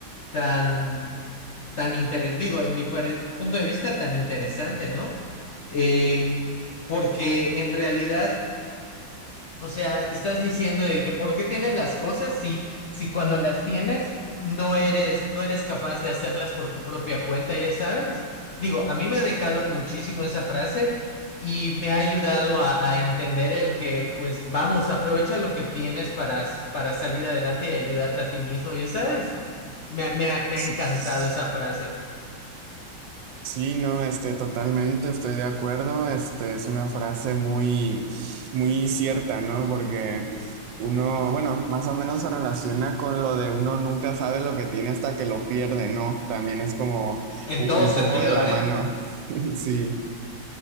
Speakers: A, on the left; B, on the right.
A: tan, tan interesante, digo, en mi pare- punto de vista, tan interesante, ¿no? Eh, porque en realidad o sea, estás diciendo de que ¿por qué tienes las cosas si, si cuando las tienes no eres, no eres capaz de hacerlas por tu propia cuenta, ya sabes? Digo, a mí me ha dejado muchísimo esa frase y me ha ayudado a, a entender el que, pues, vamos, aprovecha lo que tienes para, para salir adelante y ayudarte a ti mismo, ya sabes. Me, ha- me ha me
B: Sí,
A: ha encantado esa frase,
B: Sí, no, este, totalmente estoy de acuerdo. Este, es una frase muy, muy cierta, ¿no? Porque uno, bueno, más o menos se relaciona con lo de uno nunca sabe lo que tiene hasta que lo pierde, ¿no? También es como
A: en
B: u-
A: todo
B: un
A: sentido,
B: poco de la
A: ¿eh?
B: mano. <laughs> Sí,